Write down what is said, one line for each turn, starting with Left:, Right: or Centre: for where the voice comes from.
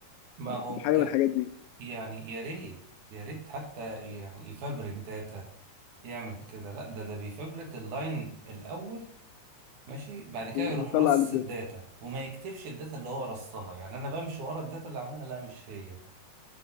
Right: ما
Left: يعني
Right: هو
Left: تبقى حاجة
Right: ت-
Left: من الحاجات دي
Right: يعني يا ريت يا ريت حتى يعني يفبرك داتا يعمل كده لا ده ده بيفبرك اللاين الأول ماشي بعد كده
Left: ويطلع
Right: يروح رص
Left: على الداتا
Right: الداتا وما يكتبش الداتا اللي هو رصها يعني انا بمشي ورا الداتا اللي عملها لا مش هي